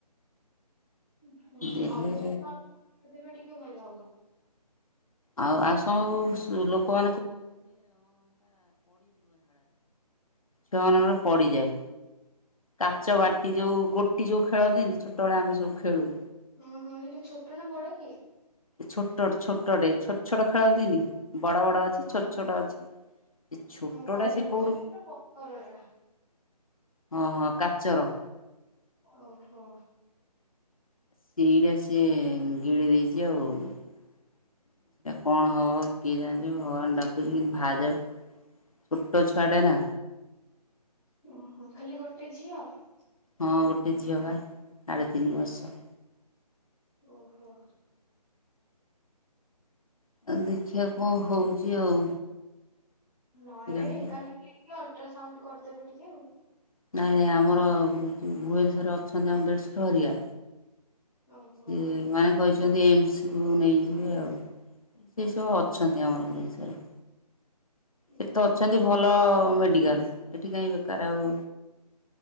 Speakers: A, in the centre; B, on the left.
A: ହଁ
B: ଦେଲେ
A: ଅଲଟ୍ରାସାଉଣ୍ଡ୍ କରିଦେବେ ଟିକେ ଭଲ ହବ।
B: ଆଉ ଆଉ ସବୁ ଲୋକ ଛୁଅ ମାନଙ୍କର ପଡ଼ିଯାଏ। କାଚ ବାଟି ଯୋଉ ଗୋଟି ଯୋଉ ଖେଳନ୍ତିନି ଛୋଟବେଳେ
A: ହଁ ସେଇଟା ଛୋଟ ନା ବଡ଼ ଟିଏ?
B: ଛୋଟ ଛୋଟ ଟିଏ ଛୋଟ ଛୋଟ ଖେଳନ୍ତିନି ବଡ଼ ବଡ଼ ଅଛି
A: ହଁ
B: ଛୋଟ
A: ହଁ
B: ଛୋଟ ଅଛି ସେ ଛୋଟ
A: ହଁ ବଡରେ
B: ଟା ସିଏ କୋଉଠୁ
A: ଯୋଉ ପଥରଟା
B: ହଁ ହଁ କାଚର।
A: ଓହୋଃ।
B: ସେଇଟା ସି ଗିଳି ଦେଇଛି ଆଉ ସେଇଟା କଣ ହବ କିଏ ଜାଣିଛି ଭଗବାନଙ୍କୁ ଡାକୁଛି କେମିତି ବାହାରି ଯାଉ ଛୋଟ ଛୁଆଟା ନା
A: <inaudible>
B: ହଁ ଗୋଟେ ଝିଅ ବା ସାଢେ ତିନି ବର୍ଷ
A: ଓହୋ
B: ଆଉ ଦେଖିବା କଣ ହଉଛି ଆଉ
A: ନହେଲେ
B: ନାଇଁ
A: ଢେଙ୍କାନାଳ ନେଇକି ଅଲଟ୍ରାସାଉଣ୍ଡ କରିଦେବି ଟିକେ ଆଉ।
B: ନାଇଁ ନାଇଁ ଆମର ଭୁବନେଶ୍ୱରରେ ଅଛନ୍ତି ଆମ ଦେଢ଼ଶର ହରିଆ
A: ଓହୋ
B: ଇଏ ମାନେ କହିଛନ୍ତି ଏମସ କୁ ନେଇଯିବେ ଆଉ ସେ ସବୁ ଅଛନ୍ତି ଆମର ଓଡ଼ିଶାରେ।
A: ଉଁ
B: ସେଠି ତ
A: ହୁଁ
B: ଅଛନ୍ତି ଭଲ ମେଡ଼ିକାଲ ଏଠି କାହିଁ ବେକାର ଆଉ।